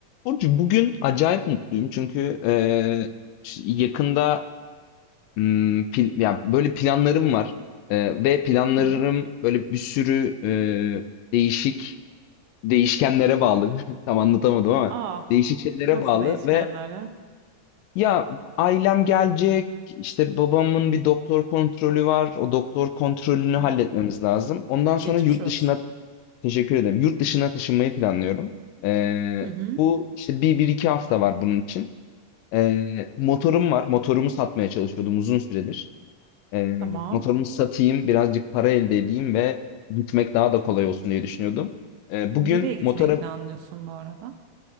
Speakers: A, on the left; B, on the right.
A: Burcu bugün acayip mutluyum çünkü eee, ş- yakında mm, pil- ya böyle planlarım var Eee, ve planlarım
B: Hı hı.
A: böyle bir sürü eee, değişik değişkenlere bağlı <laughs> tam anlatamadım ama
B: Aa,
A: değişik şeylere
B: nasıl
A: bağlı
B: değişkenler
A: ve
B: ya?
A: ya ailem gelecek işte babamın bir doktor kontrolü var o doktor kontrolünü
B: Hı.
A: halletmemiz lazım ondan sonra
B: Geçmiş
A: yurt
B: olsun.
A: dışına teşekkür ederim yurt dışına taşınmayı planlıyorum Eee,
B: Hı hı.
A: bu işte bir, bir iki hafta var bunun için. Eee, motorum var. Motorumu satmaya çalışıyordum uzun süredir. Eee,
B: Tamam.
A: motorumu satayım, birazcık para elde edeyim ve gitmek daha da kolay olsun diye düşünüyordum. Eee, bugün
B: Nereye gitmeyi
A: motora
B: planlıyorsun bu arada?